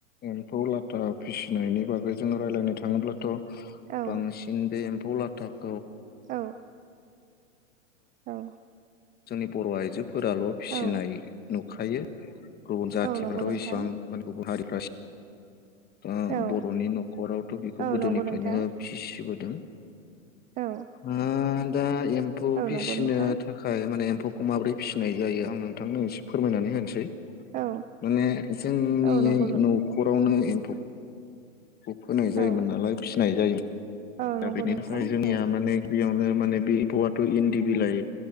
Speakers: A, on the left; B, on the right.
A: एमफौ लाथा फिसिनायनि बागै जों रायज्लायनो थाङोब्लाथ'
B: औ
A: बांसिन बे एम्फौ लाथाब
B: औ औ
A: जोंनि बर' आइजोफोराल' फिसिनाय
B: औ
A: नुखायो गुबुन जाथिफ्राथ'
B: औ नंगौ नोंथां
A: इसेबां माने गुबुन हारिफ्रा दा
B: औ
A: बर'नि न'खरावथ' बेखौ
B: औ
A: गोदोनिफ्रायनो
B: नंगौ नोंथां
A: फिसिबोदों
B: औ
A: ओ दा एम्फौ
B: औ
A: फिसिनो
B: नंगौ नोंथां
A: थाखाय माने एमफौ एम्फौखौ माबोरै फिसिनाय जायो आं नोंथांनो एसे फोरमायनानै होनोसै
B: औ
A: माने जोंनि
B: औ नंगौ
A: न'खरावनो एम्फौखौ फोनाय जायोमोन
B: औ
A: नालाय फिसिनाय जायोमोन
B: औ नंगौ
A: दा बेनि
B: नोंथां
A: थाखाय जोंनिया
B: औ
A: माने गिबियावनो माने बे एम्फौआथ' इन्दि बिलाइ